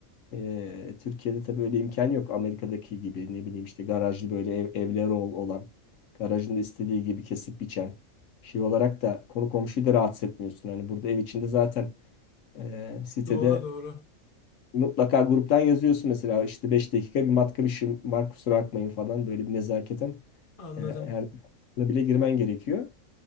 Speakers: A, on the left; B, on the left.
A: e, Türkiye'de tabii öyle imkan yok. Amerika'daki gibi ne bileyim işte garajlı böyle ev, evleri ol- olan, garajında istediği gibi kesip biçen şey olarak da konu komşuyu da rahatsız etmiyorsun. Hani burada ev içinde zaten e, sitede
B: Doğru doğru.
A: mutlaka gruptan yazıyorsun mesela işte 5 dakika bir matka bir şey var kusura bakmayın falan böyle bir nezaketen
B: Anladım.
A: e, her bile girmen gerekiyor.